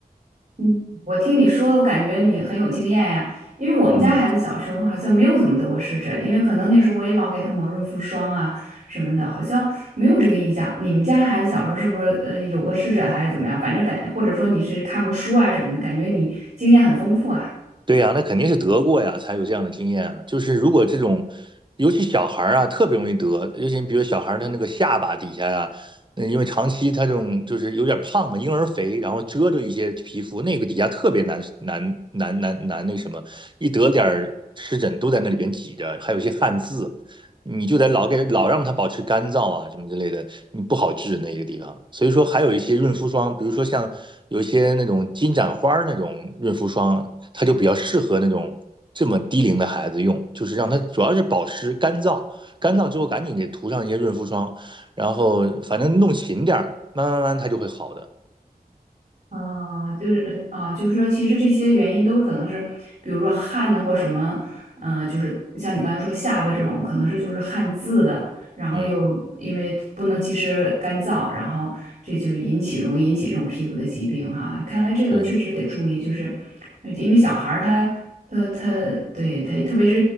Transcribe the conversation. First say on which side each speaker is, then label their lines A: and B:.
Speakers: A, on the right; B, on the right.
A: 嗯，我听你说，我感觉你很有经验呀。因为我们家孩子小时候好像没有怎么得过湿疹，
B: 嗯，
A: 因为可能那时候我也老给他抹润肤霜啊什么的，好像没有这个印象。你们家孩子小时候是不是呃有过湿疹还是怎么样？反正感，或者说你是看过书啊什么的，感觉你经验很丰富啊。
B: 对呀，那肯定是得过呀，才有这样的经验啊。就是如果这种，尤其小孩儿啊，特别容易得，尤其比如小孩儿他那个下巴底下呀、嗯，因为长期他这种就是有点胖嘛，婴儿肥，然后遮着一些皮肤，那个底下特别难难难难难那什么，一得点儿湿疹都在那里边挤着，还有一些汗渍，你就得老给老让它保持干燥啊，什么之类的，你不好治那个地方。所以说，还有一些润肤霜，比如说像有一些那种金盏花儿那种润肤霜，它就比较适合那种这么低龄的孩子用，就是让它主要是保湿干燥，干燥之后赶紧给涂上一些润肤霜，然后反正弄勤点儿，慢慢慢慢它就会好的。
A: 啊，就是呃啊，就是说，其实这些原因都是可能是，比如说汗呐，或什么，呃，就是像你刚才说下巴这种，可能是就是汗渍的，然后又因为不能及时干燥，
B: 嗯，
A: 然后这就引起容易引起这种皮肤的疾病哈。看来这个确实得注意，
B: 对
A: 就是呃因为小孩儿他他他对他，特别是